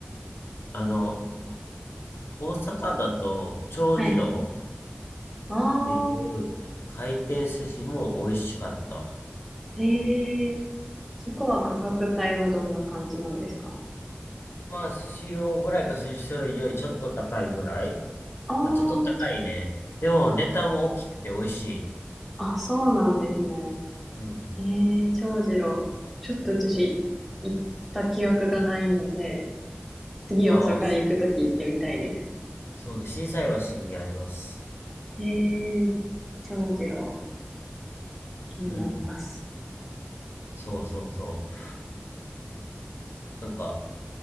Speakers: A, on the left (about 75°); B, in the centre.
A: あの、大阪だと、長次郎
B: はい。ああ、
A: っていう回転寿司も美味しかった。
B: ええそこは価格帯はどんな感じなんですか
A: まあ、スシローぐらいか、スシローよりちょっと高いぐらい
B: あ
A: まあ、ちょっと高いね。でも、ネタも大きくて美味しい。
B: あ、あ、そうなんですね。
A: うん。
B: ええ長次郎。ちょっと私、行った記憶がないんで、次大阪に行くとき行ってみたいです。
A: ああ、し、そうね、心斎橋にあります。
B: ええ長次郎、気になります。
A: うん。そうそうそう。なんか、